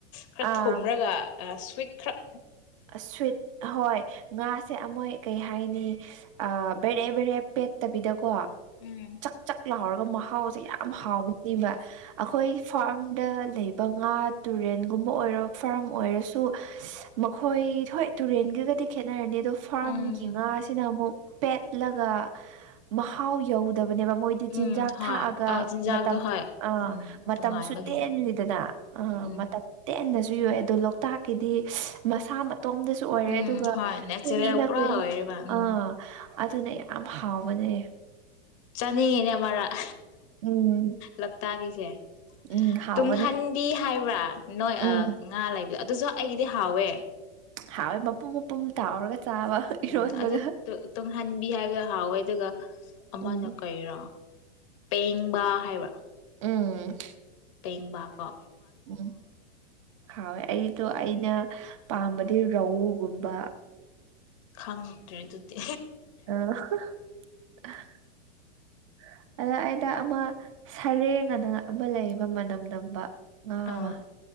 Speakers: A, on the left (about 30°); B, on the right (about 30°).
A: ꯈꯔ
B: ꯑꯥ
A: ꯊꯨꯝꯔꯒ ꯑ ꯁꯋꯤꯠ ꯈꯛ
B: ꯁ꯭ꯋꯤꯠ ꯍꯣꯏ ꯉꯥꯁꯦ ꯑꯃꯣꯏ ꯀꯩ ꯍꯥꯏꯅꯤ ꯕꯦꯔꯦ ꯕꯦꯔꯦ ꯄꯦꯠꯇꯕꯤꯗꯀꯣ
A: ꯎꯝ
B: ꯆꯥꯛ ꯆꯥꯛ ꯂꯥꯎꯔꯒ ꯃꯍꯥꯎꯁꯦ ꯌꯥꯝ ꯍꯥꯎꯒꯅꯦꯕ ꯑꯩꯈꯣꯏ ꯐꯥꯔꯝꯗ ꯂꯩꯕ ꯉꯥ ꯇꯨꯔꯦꯟꯒꯨꯝꯕ ꯑꯣꯏꯔꯣ ꯐꯥꯔꯝ ꯑꯣꯏꯔꯁꯨ ꯍꯣꯏ ꯍꯣꯏ ꯇꯨꯔꯦꯟꯒꯗꯤ ꯈꯦꯠꯅꯔꯅꯤ ꯑꯗꯨ ꯐꯥꯔꯝꯒꯤ
A: ꯎꯝ
B: ꯉꯥꯁꯤꯅ ꯑꯃꯨꯛ ꯄꯦꯠꯂꯒ ꯃꯍꯥꯎ ꯌꯧꯗ ꯕꯅꯦꯕ ꯃꯣꯏꯗꯤ ꯆꯤꯟꯖꯥꯛ
A: ꯎꯝ ꯍꯣꯏ
B: ꯊꯥꯛꯑꯒ
A: ꯑ ꯆꯤꯟꯖꯥꯛꯇꯣ
B: ꯃꯇꯝ
A: ꯍꯣꯏ
B: ꯑ
A: ꯎꯝ
B: ꯃꯇꯝꯁꯨ
A: ꯇꯣꯉꯥꯟꯕꯒꯤ
B: ꯇꯦꯟꯜꯂꯤꯗꯅ ꯑ
A: ꯎꯝ
B: ꯃꯇꯝ ꯇꯦꯟꯅꯁꯨ ꯁꯨꯨ ꯌꯣ ꯑꯗꯣ ꯂꯣꯛꯇꯥꯛꯀꯤꯗꯤ ꯃꯁꯥ ꯃ ꯇꯣꯝꯗꯁꯨ ꯑꯣꯏꯔꯦ
A: ꯎꯝ
B: ꯑꯗꯨꯒ
A: ꯍꯣꯏ ꯅꯦꯆꯔꯦꯜ
B: ꯀꯨꯏꯅ
A: ꯄꯨꯔꯥ
B: ꯀꯨꯏ
A: ꯑꯣꯏꯔꯤꯕ ꯎꯝ
B: ꯑꯥ ꯑꯗꯨꯅ ꯌꯥꯝ ꯍꯥꯎꯕꯅꯦ
A: ꯆꯥꯅꯤꯡꯉꯤꯅꯦ ꯃꯔꯛ
B: ꯎꯝ
A: ꯂꯛꯇꯒꯤ ꯦ
B: ꯎꯝ ꯍꯥꯎꯕꯅꯦ
A: ꯇꯨꯡꯍꯟꯕꯤ ꯍꯥꯏꯕ꯭ꯔꯥ ꯅꯣꯏ
B: ꯎꯝ
A: ꯉꯥ ꯂꯩꯕ ꯑꯗꯨꯁꯨ ꯑꯩꯒꯤꯗꯤ ꯍꯥꯎꯋꯦ
B: ꯍꯥꯎꯣꯏ ꯃꯄꯨꯝ ꯃꯄꯨꯝ ꯇꯥꯎꯔꯒ ꯆꯥꯕ
A: ꯎꯝ
B: ꯏꯔꯣꯟꯕꯒ
A: ꯑꯗꯨꯗ ꯇꯨꯡꯍꯟꯕꯤ ꯍꯥꯏꯕꯗꯣ ꯍꯥꯎꯋꯦ ꯑꯗꯨꯒ ꯑꯃꯅ
B: ꯎꯝ
A: ꯀꯩꯔꯣ ꯄꯦꯡꯕ ꯍꯥꯏꯕ
B: ꯎꯝ
A: ꯄꯦꯡꯕꯥꯞ
B: ꯎꯝ ꯍꯥꯎ ꯑꯩ ꯑꯩꯅ ꯄꯥꯝꯕꯗꯤ ꯔꯧꯎꯒꯨꯝꯕ
A: ꯈꯪꯗ꯭ꯔꯔꯤ ꯑꯗꯨꯗꯤ
B: ꯑ ꯑꯗ ꯑꯩꯗ ꯑꯃ ꯁꯔꯦꯡ ꯑꯅ ꯑꯃ ꯂꯩꯕ ꯃꯅꯝ ꯅꯝꯕ ꯑꯃ
A: ꯑꯥ